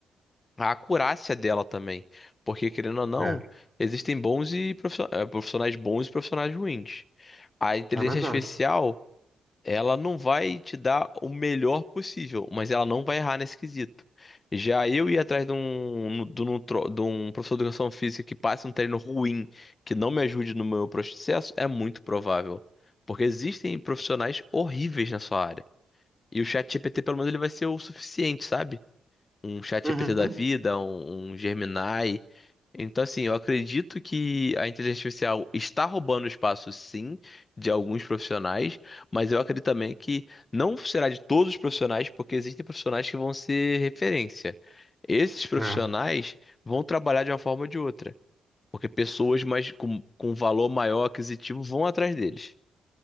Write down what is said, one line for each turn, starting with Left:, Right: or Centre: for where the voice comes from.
Left: a acurácia dela também. Porque, querendo ou não,
Centre: é,
Left: existem bons e profissio- eh, profissionais bons e profissionais ruins. A inteligência
Centre: é verdade.
Left: artificial. Ela não vai te dar o melhor possível, mas ela não vai errar nesse quesito. Já eu ir atrás de um, de um, tro- de um professor de educação física que passe um treino ruim, que não me ajude no meu processo, é muito provável. Porque existem profissionais horríveis na sua área. E o ChatGPT, pelo menos, ele vai ser o suficiente, sabe? um ChatGPT
Centre: Uhum,
Left: da vida, um, um Gemini. Então, assim, eu acredito que a inteligência artificial está roubando espaço, sim, de alguns profissionais, mas eu acredito também que não será de todos os profissionais, porque existem profissionais que vão ser referência. Esses profissionais
Centre: é.
Left: vão trabalhar de uma forma ou de outra, porque pessoas mais com, com valor maior aquisitivo vão atrás deles.